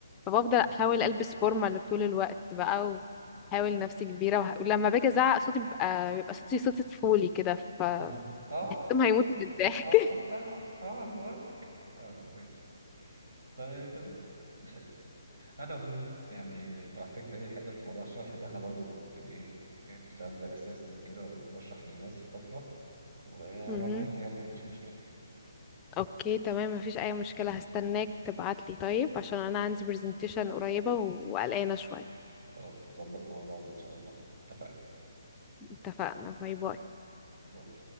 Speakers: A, on the left (about 20°); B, on the right (about 70°).
A: فبفضل
B: اه
A: احاول البس فورمال طول الوقت بقى واحاول نفسي كبيره وه... ولما باجي ازعق صوتي بيبقى بيبقى صوتي صوتي طفولي كده ف
B: <laughs> آه،
A: بحسهم هيموتوا من الضحك
B: اقعد
A: <laughs>
B: بقى اقعد بقول لك اه ماشي طيب تمام <laughs> انا عموما يعني لو احتجت اي حاجه في موضوع الشرح ده انا برضو كنت ايه يعني اشتغلت زي اسيستنت كده وبشرح للناس فتره وهبقى
A: مهم.
B: معاك يعني مفيش مشكله
A: اوكي تمام مفيش اي مشكله هستناك تبعتلي طيب عشان انا عندي برزنتيشن قريبه و- وقلقانه شويه
B: خلاص نظبطها مع بعض ان شاء الله اتفقنا
A: اتفقنا باي باي
B: باي